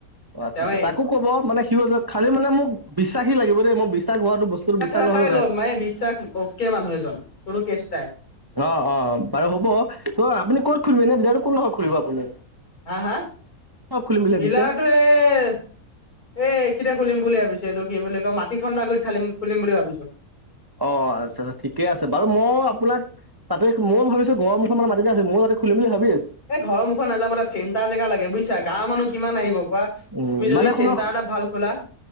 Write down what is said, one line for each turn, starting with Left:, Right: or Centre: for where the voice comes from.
Right: অ', আচ্ছা।
Left: তেওঁৱেই
Right: তাকো ক'ব মানে <unintelligible> খালি মানে মোক বিশ্বাসী লাগিব দেই। মই বিশ্বাস হোৱাতো বস্তুটো বিশ্বাস
Left: ৰাখাই
Right: নহ'লে বেয়া-
Left: লয় মানে বিশ্বাস অকে মানুহ এজন। কোনো কেচ নাই।
Right: অ', অ' বাৰু হ'ব। ত আপুনি ক'ত খুলিব মানে এনে ডিলাৰতো কোনডোখৰত খুলিব আপুনি?
Left: হা, হা?
Right: ক'ত খুলিম বুলি ভাবিছে
Left: ডিলাৰতো এ এখিতে খুলিম বুলি ভাবিছো, এইটো কি বুলি ত মাটি খন্দা গুৰিত খালিম, খুলিম বুলি ভাবিছো।
Right: অ', আচ্ছা আচ্ছা ঠিকে আছে। বাৰু মই আপোনাক তাতে ময়ো ভাবিছোঁ, ঘৰৰ মুখত অলপ মাটি দিয়া আছে। ময়ো তাতে খুলিম বুলি ভাবো।
Left: এই ঘৰ মুখত নাযাব এটা চেণ্টাৰ জেগা লাগে বুজিছা। গাঁৱৰ মানুহ কিমান আহিব কোৱা? তুমি
Right: উম মানে
Left: যদি
Right: শুনক
Left: চেণ্টাৰ এ ভাল খোলা